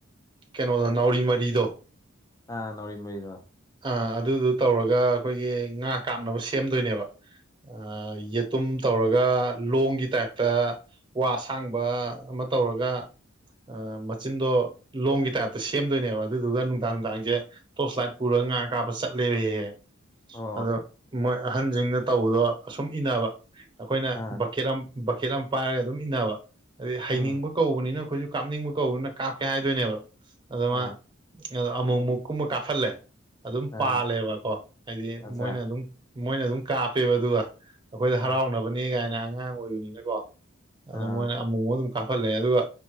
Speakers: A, on the right; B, on the left.
A: ꯀꯩꯅꯣꯗ ꯅꯥꯎꯔꯤ ꯃꯔꯤꯗꯣ
B: ꯑ ꯅꯥꯎꯔꯤ ꯃꯔꯤꯗꯣ꯫
A: ꯑ ꯑꯗꯨꯗꯨ ꯇꯧꯔꯒ ꯑꯩꯈꯣꯏꯒꯤ ꯉꯥ ꯀꯥꯞꯅꯕ ꯁꯦꯝꯗꯣꯏꯅꯦꯕ ꯑ ꯌꯦꯟ ꯇꯝ ꯇꯧꯔꯒ ꯂꯣꯡꯒꯤ ꯇꯥꯏꯞꯇ ꯋꯥꯁꯥꯡꯕ ꯑꯃ ꯇꯧꯔꯒ ꯑꯥ ꯃꯆꯤꯟꯗꯣ ꯂꯣꯡꯒꯤ ꯇꯥꯏꯞꯇ ꯁꯦꯝꯗꯣꯏꯅꯦꯕ ꯑꯗꯨꯗꯨꯒ ꯅꯨꯡꯗꯥꯡ ꯅꯨꯡꯗꯥꯡꯁꯦ ꯇꯣꯔꯁ ꯂꯥꯏꯠ ꯄꯨꯔꯒ ꯉꯥ ꯀꯥꯞꯕ ꯆꯠꯂꯦꯕ ꯍꯦꯛ ꯍꯦꯛ
B: ꯑꯣ
A: ꯑꯗꯣ ꯃꯣꯏ ꯑꯍꯟꯁꯤꯡꯅ ꯇꯧꯕꯗꯣ ꯑꯁꯨꯝ ꯏꯟꯅꯕ ꯑꯩꯈꯣꯏꯅ
B: ꯑ
A: ꯕꯛꯀꯦꯠ ꯕꯛꯀꯦꯠ ꯑꯃ ꯄꯥꯏꯔꯒ ꯑꯗꯨꯝ ꯏꯟꯅꯕ ꯑꯗꯩ ꯍꯩꯅꯤꯡꯕ
B: ꯎꯝ
A: ꯀꯧꯕꯅꯤꯅ ꯑꯩꯈꯣꯏꯁꯨ ꯀꯥꯞꯅꯤꯡꯕ ꯀꯧꯕꯧꯅꯤꯅ ꯀꯥꯞꯀꯦ ꯍꯥꯏꯗꯣꯏꯅꯦꯕ ꯑꯗꯨ
B: ꯑ
A: ꯃꯥ ꯑꯃꯨꯛ ꯑꯃꯨꯛꯀꯨꯝꯕ ꯀꯥꯞꯍꯜꯂꯦ ꯑꯗꯨꯝ
B: ꯑ
A: ꯄꯥꯜꯂꯦꯕꯀꯣ ꯍꯥꯏꯗꯤ
B: ꯑꯆꯥ
A: ꯃꯣꯏꯅ ꯑꯗꯨꯝ ꯃꯣꯏꯅ ꯑꯗꯨꯝ ꯀꯥꯞꯄꯦꯕ ꯑꯗꯨꯒ ꯑꯩꯈꯣꯏꯗ
B: ꯎꯝ
A: ꯍꯔꯥꯎꯅꯕꯅꯦ ꯀꯥꯏꯅ ꯑꯉꯥꯡ ꯑꯣꯏꯕꯅꯤꯅꯀꯣ
B: ꯑ
A: ꯑꯗꯨ ꯃꯣꯏꯅ ꯑꯃꯨꯛ ꯑꯃꯨꯛ ꯑꯃꯨꯛ ꯀꯥꯞꯍꯜꯂꯦ ꯑꯗꯨꯒ